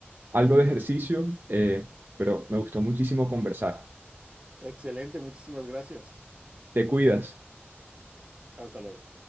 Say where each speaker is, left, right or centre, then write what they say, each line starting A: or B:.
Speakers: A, on the right (about 50°); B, on the right (about 30°).
A: algo de ejercicio, eh, pero me gustó muchísimo conversar.
B: Excelente, muchísimas gracias.
A: Te cuidas.
B: Hasta luego.